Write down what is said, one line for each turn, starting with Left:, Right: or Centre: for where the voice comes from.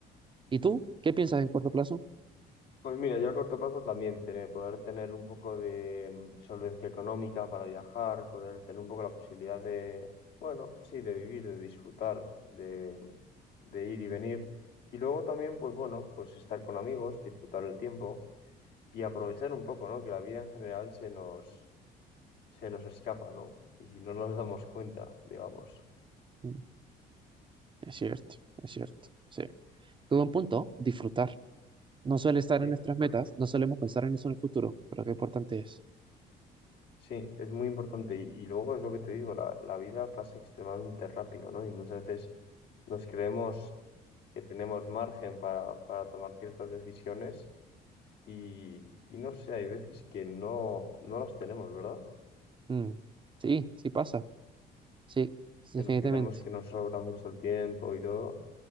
Right: ¿Y tú? ¿Qué piensas en corto plazo?
Left: Pues mira, yo a corto plazo también tener, poder tener un poco de mm, solvencia económica para viajar, poder tener un poco la posibilidad de, bueno, sí, de vivir, de disfrutar, de, de ir y venir. Y luego también, pues bueno, pues estar con amigos, disfrutar el tiempo y aprovechar un poco, ¿no? Que la vida en general se nos, se nos escapa, ¿no? Y si no nos damos cuenta, digamos.
Right: Mm, Es cierto, es cierto. Sí. Qué buen punto, disfrutar. No suele estar
Left: Sí,
Right: en nuestras
Left: porque
Right: metas, no solemos pensar en eso en el futuro, pero qué importante es.
Left: Sí, es muy importante. Y, y luego es lo que te digo, la, la vida pasa extremadamente rápido, ¿no? Y muchas veces nos creemos que tenemos margen para, para tomar ciertas decisiones y, y no sé, hay veces que no, no las tenemos, ¿verdad?
Right: Mm, Sí, sí pasa, sí, sí,
Left: Que
Right: definitivamente.
Left: nos creemos que nos sobra mucho el tiempo y todo